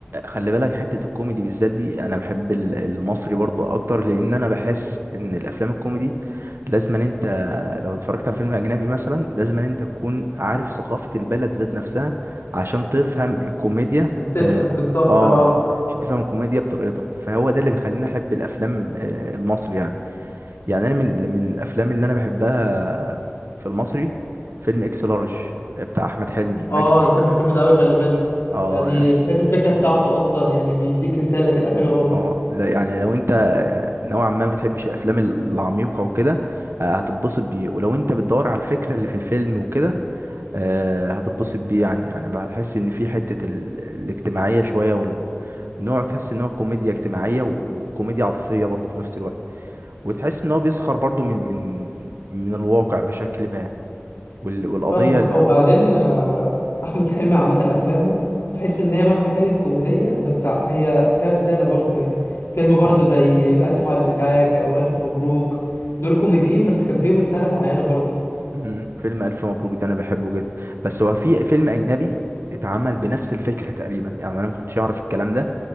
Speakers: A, on the right; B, on the left.
A: خلي بالك حتة الكوميدي بالذات دي أنا بحب ال- المصري برضو أكتر لأن أنا بحس إن الأفلام الكوميدي لازم أن أنت لو اتفرجت على فيلم أجنبي مثلا لازم أن أنت تكون عارف ثقافة البلد ذات نفسها عشان تفهم الكوميديا
B: انت
A: آه
B: تضحك بالظبط
A: آه،
B: اه
A: عشان تفهم الكوميديا بطريقته فهو ده اللي بيخليني أحب الأفلام آه المصري يعني يعني أنا من من الأفلام اللي أنا بحبها في المصري فيلم إكس لارج بتاع أحمد حلمي مجدي
B: اه انا بحب الفيلم ده قوي خلي بالك
A: آه
B: يعني بحب الفكرة بتاعته اصلا يعني بيديك رسالة كده حلوة برضه
A: اه لا يعني لو انت نوعا ما بتحبش الافلام العميقه وكده آه، هتتبسط بيه ولو انت بتدور على الفكره اللي في الفيلم وكده آه، هتتبسط بيه يعني يعني بحس ان في حته ال... الاجتماعيه شويه والنوع تحس ان هو كوميديا اجتماعيه وكوميديا عاطفيه برضه في نفس الوقت وتحس ان هو بيسخر برضه من من من الواقع بشكل ما وال... والقضيه
B: فاهمك
A: ال...
B: او بعدين آه، احمد حلمي عامه افلامه بحس ان هي مهما كانت كوميديه بس ع- هي فيها رساله برضو يعني فيلم برضو
A: اه
B: زي اسف على الازعاج او الف مبروك دول كوميديين بس كان فيهم رساله معينه برضو
A: مم. فيلم ألف مبروك ده أنا بحبه جدا بس هو في فيلم أجنبي اتعمل بنفس الفكرة تقريبا يعني أنا ما كنتش أعرف الكلام ده